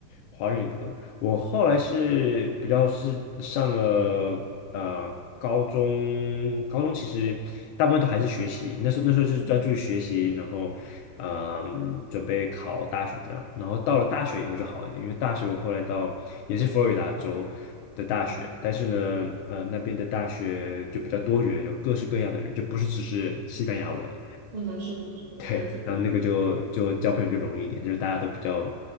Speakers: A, on the left; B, on the right.
A: 华人也不多。我后来是比较是上了呃高中，高中其实大部分都还是学习，那时候那时候是专注于学习，
B: 嗯，
A: 然后嗯准备考大学这样。然后到了大学以后就好一点，因为大学我后来到也是佛罗里达州的大学，
B: 对，
A: 但是呢，呃那边的大学就比较多元，有各式各样的人，就不是只是西班牙文。
B: 是的，是的，是的，
A: 对，
B: 对对对，
A: 然后那个就就交朋友就容易一点，就是大家都比较，